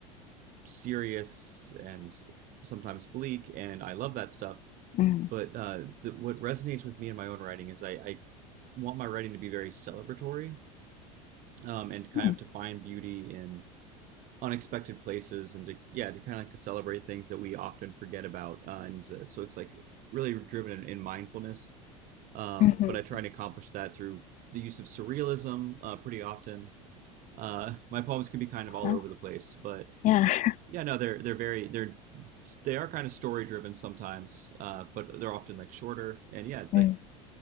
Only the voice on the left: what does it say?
mm,
mm,
mm-hmm.
Well,
yeah. <laughs>
Mm.